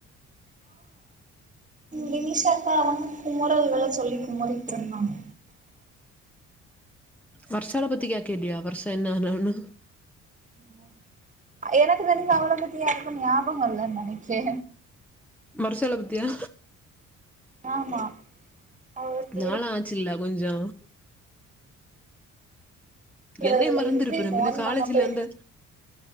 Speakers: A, on the right; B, in the centre.
A: வினிஷாக்கா வந்து குமுறல்கள சொல்லி குமுறிட்டுருந்தாங்க
B: வர்ஷாள பத்தி கே கேட்டியா வர்ஷா என்ன ஆனான்னு
A: ஆ ம் எனக்கு தெரிஞ்சு அவ்ள பத்தி யாருக்கும் ஞாபக இல்ல நெனைக்கே
B: மறுசால பத்தியா
A: ஆமா அவ ஒருத்தி
B: நாளு ஆச்சுல்ல கொஞ்சோ
A: இருக்கிறதுல
B: என்னைய மறந்துருப்ப
A: இப்டி ஃபோன்
B: பின்ன காலேஜ்ல
A: பண்ணப்ப
B: இருந்த